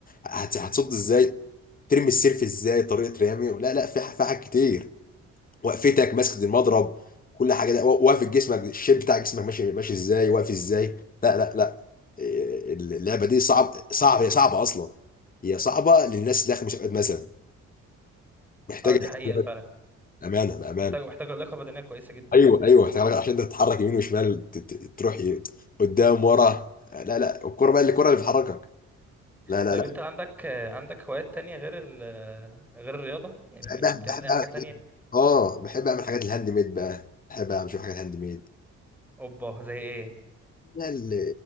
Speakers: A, on the left; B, in the centre.
A: هت... هتصد ازاي ترمي السير في ازاي طريقه رمي لا لا في ح- في حاجات كتير وقفتك ماسكه المضرب كل حاجه ده و- واقف جسمك الشيب بتاع جسمك ماشي ماشي ازاي واقف ازاي لا لا لا إيه، اللعبه دي صعب صعب هي صعبه اصلا هي صعبه للناس اللي داخل مسابقات مثلا محتاج
B: اه دي
A: استثمارات
B: حقيقة فعلا
A: امانه بامانه
B: محتاج محتاجة لياقة بدنية كويسة جدا
A: ايوه
B: يعني
A: ايوه محتاج عشان انت تتحرك يمين وشمال ت- ت- تروح ي- قدام ورا لا لا الكوره بقى اللي الكوره اللي بتحركك لا لا
B: طيب
A: لا
B: انت عندك عندك هوايات تانية غير ال غير الرياضة يعني يعني
A: بحب
B: بتعمل
A: بحب
B: اي
A: أعمل-
B: حاجة تانية
A: اه بحب اعمل حاجات الهاند ميد بقى بحب اعمل شويه حاجات هاند ميد
B: اوبا زي ايه
A: لا ال-